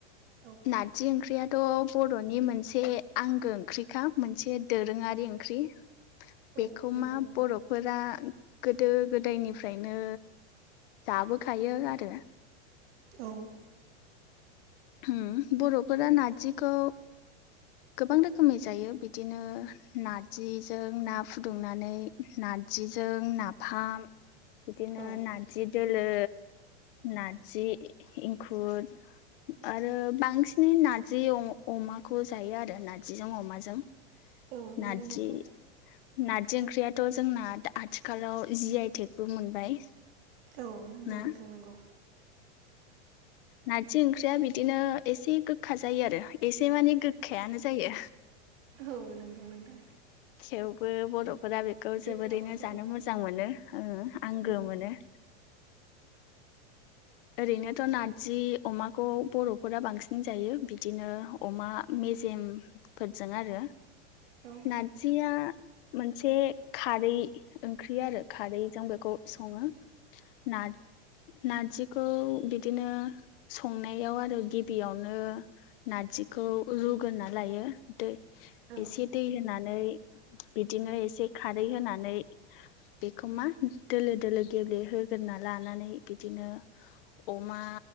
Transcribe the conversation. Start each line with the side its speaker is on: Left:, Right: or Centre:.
Right: औ
Left: नारजि ओंख्रियाथ' बर'नि मोनसे आंगो ओंख्रिखा मोनसे दोरोङारि ओंख्रि
Right: औ
Left: बेखौ
Right: नंगौ
Left: मा
Right: नोंथां
Left: बरफ फोरा गोदो गोदायनिफ्रायनो जाबोखायो आरो
Right: औ
Left: उम बर'फोरा नारजिखौ गोबां रोखोमै जायो बिदिनो नारजिजों ना फुदुंनानै नारजिजों नाफाम बिदिनो
Right: औ
Left: नाजि दोलो, नाजि एंखुर आरो बांसिनै नार्जि अ-अमाखौ जायो आरो नारजिजों अमाजों
Right: औ नंगौ
Left: नारजि
Right: नोंथां
Left: नाजि ओंख्रियाथ' जोंना दा आथिखालाव जि आइ टेकबो मोनबाय
Right: औ नंगौ
Left: ना
Right: नोंथां नोंगौ
Left: नारजि ओंख्रिया बिदिनो एसे गोखा जायो आरो एसे माने गोखायानो जायो
Right: औ नंगौ नोंथां
Left: थेवबो बर'फोरा बे खौ जोबोरैनो
Right: गोखाबाबो
Left: जानो
Right: औ
Left: मोजां मोनो ओ आंगो
Right: औ
Left: मोनो ओरैनोथ' नाजि अमाखौ बर'फोरा बांसिन जायो बिदिनो अमा मेजेमफोरजों आरो
Right: औ
Left: नारजिया मोनसे खारै ओंख्रि आरो खारैजों बेखौ सङो नार-नारजि खौ बिदिनो संनायाव आरो गिबियावनो नारजिखौ रुगोना लायो दै
Right: औ
Left: एसे दै होनानै बिदिनो एसे खारै होनानै बेखौ मा दोलो दोलो गेब्लेहोगोरोना लानानै बिदिनो अमा